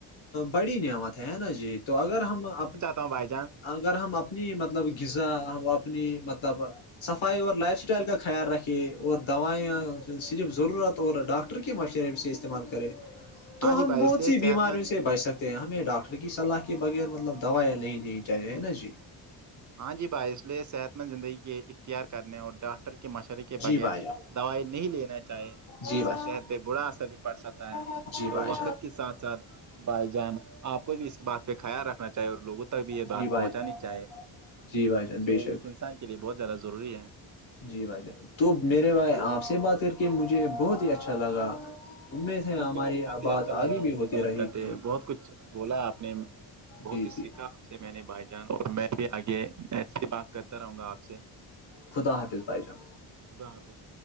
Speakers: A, on the left (about 65°); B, on the right (about 40°).
A: بڑی نعمت ہے ہے نا جی تو اگر ہم اپ
B: تو بائی جان
A: اگر ہم اپنی مطلب غذا اپنی مطلب صفائی اور لائف اسٹائل کا خیال رکھیے اور دوائیاں صرف ضرورت اور ڈاکٹر کی مشین سے استعمال کریں تو
B: ہاں جی
A: ہم
B: بھائی
A: بہت
B: اس لیے
A: سی بیماریوں
B: صحت مند
A: سے بچ سکتے ہمیں ڈاکٹر کی صلاح کے بغیر مطلب دوائیاں نہیں لینی چاہیے نا جی
B: ہاں جی بھائی اس لیے صحت مند زندگی کے اختیار کرنے اور ڈاک ٹر کے مشورے کے
A: جی
B: بغیر
A: بھائی جان
B: دوائی نہیں لینا چاہی
A: جی
B: جس
A: بھائی
B: سے صحت پہ برا اثر بھی پڑ سکتا ہے
A: جان، جی
B: تو
A: بھائی
B: وقت
A: جان
B: کے ساتھ ساتھ بھائی جان آپ کو بھی اس بات پہ خیال رکھنا چاہیے اور لوگوں تک بھی یہ
A: جی
B: بات
A: بھائی
B: پہنچانی
A: جان
B: چاہے
A: جی بھائی جان بے
B: جو
A: شک
B: ایک انسان کے لیے بہت زیادہ ضروری ہے
A: جی بھائی جان تو میرے بھائی آپ سے بات کر کے مجھے بہت ہی اچھا لگا امید ہے
B: مجھے
A: ہماری
B: بھی بہت
A: بات
B: ہی اچھا لگا
A: آگے بھی
B: آپ سے
A: ہوتی
B: بات
A: رہے
B: کرتے
A: گی
B: بہت کچھ بولا آپ نے بہت
A: جی
B: کچھ سیکھا
A: جی
B: سے میں نے بھائی جان اور میں بھی آگے ایسے ہی بات کرتا رہوں گا آپ سے
A: خدا حافظ بھائی جان
B: خداب